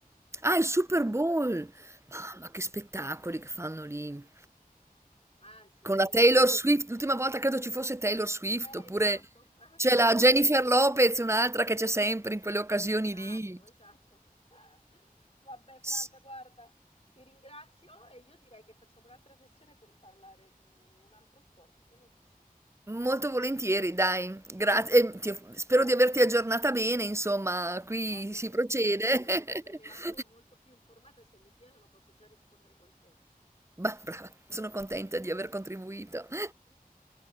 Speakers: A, on the left; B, on the right.
A: È
B: Ah,
A: il
B: il
A: Super
B: Super
A: Bowl.
B: Bowl!
A: Sì, sì, sì.
B: Mamma, che spettacoli che fanno lì.
A: Sì, sì, sì. Anzi,
B: Con
A: sì.
B: la Taylor Swift, l'ultima volta credo ci fosse Taylor Swift,
A: Eh,
B: oppure
A: esatto. <laughs>
B: c'è la Jennifer Lopez, un'altra che c'è sempre in quelle occasioni
A: Esatto,
B: lì.
A: esatto. <laughs> Vabbè, Franca,
B: S-
A: guarda, ti ringrazio e io direi che facciamo un'altra sessione per parlare di un altro sport. Che ne dici?
B: Molto volentieri, dai, grazie. e ti- Spero di averti aggiornata bene, insomma, qui
A: Ah, senza
B: si procede.
A: dubbio, me ne vado,
B: <laughs>
A: me ne vado molto più informata e se mi chiedono posso già rispondere qualcosa.
B: Bah, brava, sono contenta di aver contribuito. <laughs>